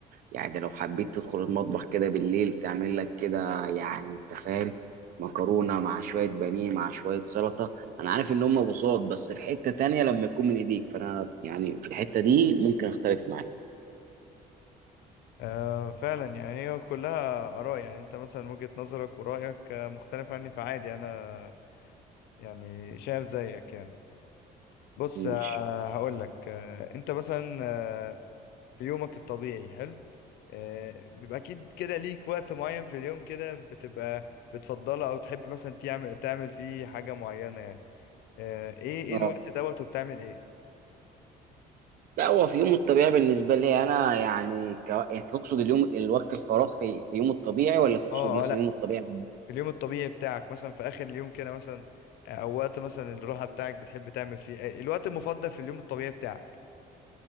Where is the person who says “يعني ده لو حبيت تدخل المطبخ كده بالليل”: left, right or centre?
Right